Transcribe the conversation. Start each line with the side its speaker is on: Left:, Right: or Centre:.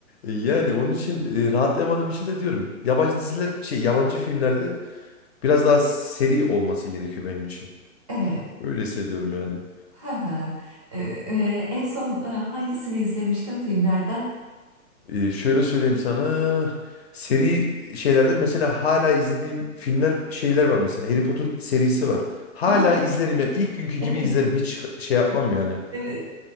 Left: e, yani onun için e, rahatlayamadığım için de diyorum. Yabancı diziler şey yabancı filmlerde biraz daha seri olması gerekiyor benim için.
Right: Evet.
Left: Öyle hissediyorum yani.
Right: Hı hı. Ee, e, en son e, hangisini izlemiştim filmlerden?
Left: Ee, şöyle söyleyeyim sana. Seri şeylerden mesela hala izlediğim filmler şeyler var mesela. Harry Potter serisi var. Hala
Right: Aa,
Left: izlerim yani ilk günkü gibi
Right: evet.
Left: izlerim. Hiç şey yapmam yani.
Right: Evet.